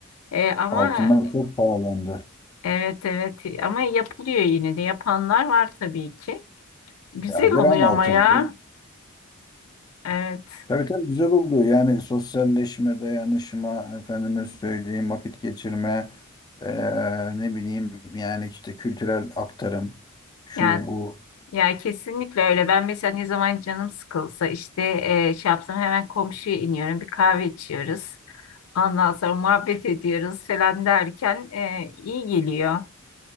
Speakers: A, on the left; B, on the left.
A: E,
B: <laughs>
A: ama
B: Altınlar çok pahalandı.
A: evet evet ama yapılıyor yine de yapanlar var tabii ki. Güzel
B: Ya gram
A: oluyor
B: altın
A: ama ya.
B: olur.
A: Evet.
B: Tabii tabii güzel oluyor. Yani sosyalleşme, dayanışma, efendime söyleyeyim, vakit geçirme, eee, ne bileyim yani işte kültürel aktarım, şu
A: Ya
B: bu.
A: ya kesinlikle öyle. Ben mesela ne zaman canım sıkılsa işte e, şey yapsam hemen komşuya iniyorum. Bir kahve içiyoruz. Ondan sonra muhabbet ediyoruz falan derken e, iyi geliyor.